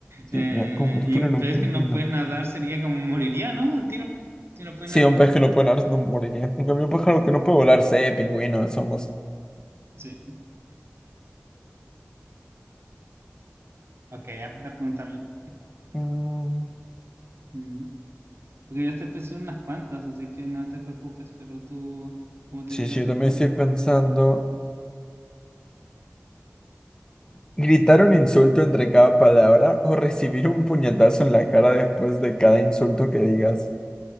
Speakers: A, on the left; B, on the right.
A: Sí,
B: eh,
A: mira, convertirlo
B: y un
A: en
B: pez
A: un pingüino.
B: que no puede nadar sería como moriría, ¿no? Al tiro, si no puede
A: Sí,
B: nadar.
A: un pez que no puede nadar no moriría. En cambio, un pájaro que no puede volar, sí, pingüino, somos.
B: Sí. Ok, hazme una pregunta a mí.
A: Mm,
B: Mm. Porque yo estoy pensando en unas cuantas, así que no te preocupes, pero tú, como te
A: Sí,
B: digo,
A: sí,
B: tú
A: yo también
B: Tom.
A: estoy pensando. ¿Gritar un insulto entre cada palabra o recibir un puñetazo en la cara después de cada insulto que digas?